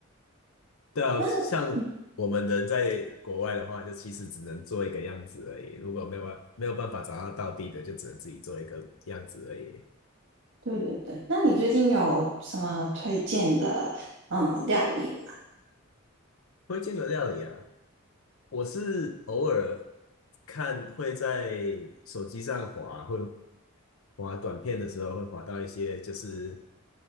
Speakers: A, on the left; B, on the right.
A: 对啊，
B: 那嗯，
A: 像我们人在国外的话，就其实只能做一个样子而已。如果没有办没有办法找到道地的，就只能自己做一个样子而已。
B: 对对对，那你最近有什么推荐的嗯、呃料理吗？
A: 推荐的料理啊，我是偶尔看会在手机上滑，会滑短片的时候会滑到一些就是